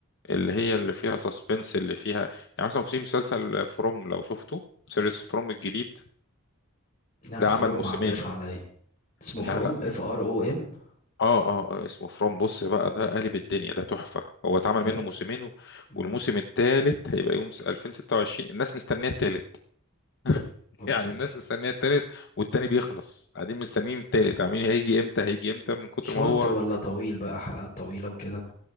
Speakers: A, on the left; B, on the left.
A: اللي هي اللي فيها سسبنس اللي فيها يعني مثلا في مسلسل فروم لو شفته سيريس فروم الجديد
B: لا
A: ده
B: فروم
A: عمل موسمين
B: ما عداش عليا اسمه
A: لا
B: فروم
A: لا
B: اف ار او ام
A: اه اه آه، اسمه فروم بص بقى ده قالب الدنيا ده تحفة هو اتعمل
B: بجد
A: منه موسمين و-
B: مم.
A: والموسم الثالث هيبقى يوم 2026 الناس مستنية الثالث <laughs>
B: اوكي
A: يعني الناس مستنية الثالث والتاني بيخلص قاعدين مستنيين الثالث عاملين هيجي امتى هيجي امتى من كتر
B: شورت
A: ما هو
B: ولا طويل بقى حلقات طويلة وكده